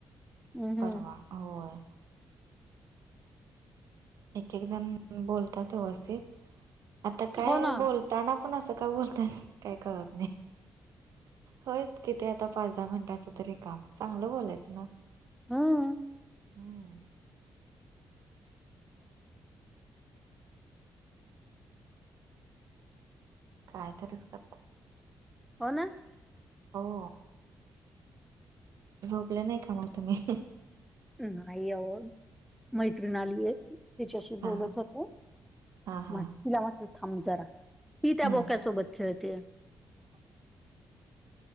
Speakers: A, in the centre; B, on the right (about 75°).
A: हं, हं.
B: परवा होय. एक एक जण बोलतात व्यवस्थित आता काय
A: हो ना.
B: बोल त्यांना पण असं का बोलतात काय कळत नाही. होय किती आता पाच दहा मिनटाचं तरी काम चांगलं बोलायचं ना.
A: हम्म.
B: हम्म काय तरीच करतात.
A: हो ना?
B: हो. झोपल्या नाही का मग तुम्ही?
A: नजर जफजड जफ <unintelligible> मैत्रिण आलीये तिच्याशी
B: हा
A: बोलत होते
B: हा हा
A: म्हट तिला म्हटलं थांब जरा की त्या
B: हम्म
A: बोक्यासोबत खेळतेय.